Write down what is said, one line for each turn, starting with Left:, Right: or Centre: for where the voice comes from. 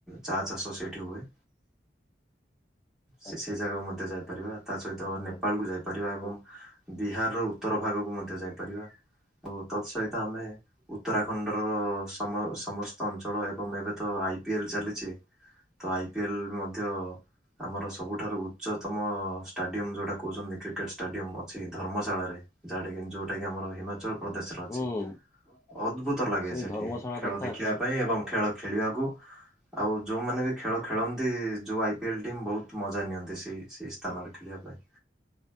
Centre: ଚା ଚାଷ ସେଇଠି ହୁଏ। ସେ
Left: ଆଚ୍ଛା
Centre: ସେଇ ଜାଗାକୁ ମଧ୍ୟ ଯାଇପାରିବା, ତା ସହିତ
Left: ହୁଁ
Centre: ନେପାଳ କୁ ଯାଇ ପାରିବା ଏବଂ ବିହାରର ଉତ୍ତର ଭାଗକୁ ମଧ୍ୟ ଯାଇପାରିବା। ଆଉ ତତ୍ ସହିତ ଆମେ ଉତ୍ତରାଖଣ୍ଡର ସମ ସମସ୍ତ ଅଞ୍ଚଳ ଏବଂ ଏବେ ତ ଆଇପିଏଲ୍ ଚାଲିଛି। ତ ଆଇପିଏଲ୍ ମଧ୍ୟ ଆମର ସବୁଠାରୁ ଉଚ୍ଚତମ ଷ୍ଟାଡିୟମ୍ ଯୋଉଟା କହୁଛନ୍ତି କ୍ରିକେଟ୍ ଷ୍ଟାଡ଼ିୟମ୍ ଅଛି ଧର୍ମଶାଳାରେ। ଯାହା ଟା କିି ଯୋଉଟା କି ଆମର ହିମାଚଳ ପ୍ରଦେଶରେ ଅଛି,
Left: ହୁଁ
Centre: ଅଦ୍ଭୁତ ଲାଗେ
Left: ସେଇ
Centre: ସେଠି,
Left: ଧର୍ମଶାଳା
Centre: ଖେଳ
Left: କଥା
Centre: ଦେଖିବା
Left: ଏକା
Centre: ପାଇଁ ଏବଂ ଖେଳ ଖେଳିବାକୁ। ଆଉ ଯୋଉମାନେ ବି ଖେଳ ଖେଳନ୍ତି ଯୋଉ ଆଇପିଏଲ୍ ଟିମ୍ ବହୁତ ମଜା ନିଅନ୍ତି ସେଇ ସେଇ ସ୍ଥାନରେ ଖେଳିବା ପାଇଁ।